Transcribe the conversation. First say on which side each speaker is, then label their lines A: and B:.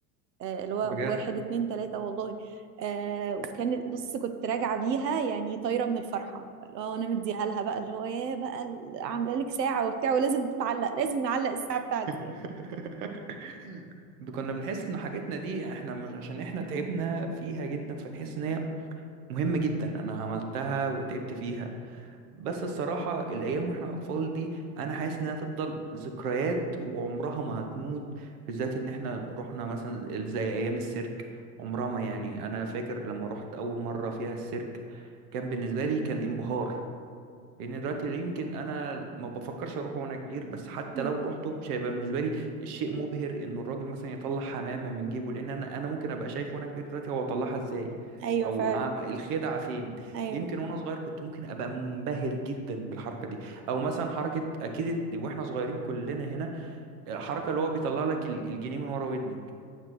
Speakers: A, on the right; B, on the right.
A: آه، اللي هو
B: بجد.
A: واحد اتنين تلاتة والله آه وكان بص كنت راجعة بيها يعني طايرة من الفرحة اللي هو أنا مديها لها بقى اللي هو يا بقى ال- عاملة لك ساعة وبتاع ولازم تتعلق لازم نعلق الساعة بتاعتي
B: <laughs> كنا بنحس ان حاجاتنا دي احنا مش عشان احنا تعبنا فيها جدا فنحس ان هي مهمة جدا انا عملتها وتعبت فيها بس الصراحة الايام واحنا اطفال دي انا حاسس انها تفضل ذكريات وعمرها ما هتموت بالذات ان احنا رحنا مثلا زي ايام السيرك عمرها ما يعني انا فاكر لما رحت اول مرة فيها السيرك كان بالنسبة لي كان انبهار لان دلوقتي يمكن انا ما بفكرش اروحه وانا كبير بس حتى
A: مم.
B: لو رحته مش هيبقى بالنسبه لي الشيء مبهر انه الراجل مثلا يطلع حمامه من جيبه لان انا انا ممكن ابقى شايف وانا كبير دلوقتي هو طلعها ازاي
A: أيوة
B: او
A: فعلا
B: ع- الخدعه فين
A: أيوة
B: يمكن وانا صغير كنت ممكن ابقى منبهر جدا بالحركه دي او مثلا حركه اكيد واحنا صغيرين كلنا هنا الحركه اللي هو بيطلع لك ال- الجنيه من ورا ودنك